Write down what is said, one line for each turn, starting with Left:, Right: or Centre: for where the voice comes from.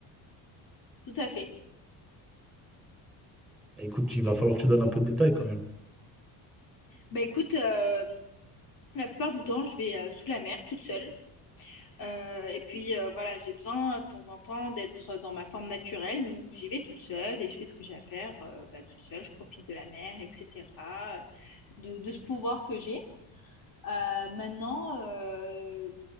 Left: Tout à fait.
Centre: Écoute, il va falloir que tu donnes un peu de détails quand même.
Left: Bah écoute, euh, la plupart du temps, je vais euh, sous la mer toute seule. Euh, et puis euh, voilà, j'ai besoin de temps en temps d'être dans ma forme naturelle, donc j'y vais toute seule et je fais ce que j'ai à faire euh, bah, toute seule, je profite de la mer, etc., de, de ce pouvoir que j'ai. Euh, maintenant, euh,